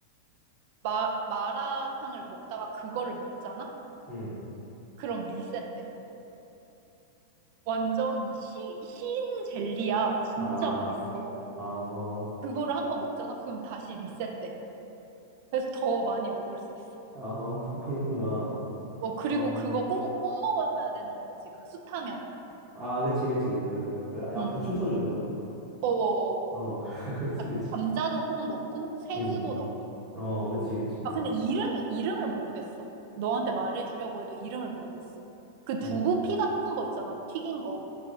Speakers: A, on the right; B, on the right.
A: 마, 마라탕을 먹다가 그거를 먹잖아?
B: 응.
A: 그럼 리셋돼. 완전 시, 신 젤리야. 진짜
B: 아,
A: 맛있어.
B: 아,
A: 그거를 한 번 먹잖아? 그럼 다시 리셋돼. 그래서 더 많이 먹을 수 있어.
B: 아, <laughs> 그렇구나.
A: 어, 그리고
B: 어,
A: 그거 꼭, 꼭 먹어야 되는 거 알지? 그 숯하면.
B: 아, 그치, 그치. 그, 그 앞에서
A: 응.
B: 춤춰주는 거?
A: 어어어.
B: 어, <laughs> 그치,
A: 감-
B: 그치.
A: 감자도 꼭 넣고, 새우도
B: 응.
A: 넣고,
B: 어, 그치, 그치.
A: 아, 근데 이름이, 이름을 모르겠어. 너한테 말해주려고 해도 이름을 모르겠어. 그 두부피
B: 어.
A: 같은 거 있잖아, 튀긴 거.